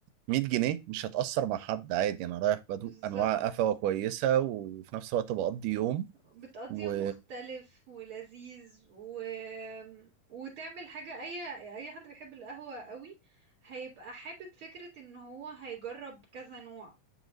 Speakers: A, on the right (about 80°); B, on the right (about 45°).
A: 100 جنيه مش هتأثر مع حد عادي انا رايح بدوق
B: بالظبط
A: انواع قفوة كويسة وفي نفس الوقت بقضي يوم
B: بتقضي
A: و...
B: يوم مختلف ولذيذ و... وتعمل حاجة اي اي حد بيحب القهوة قوي هيبقى حابب فكرة ان هو هيجرب كذا نوع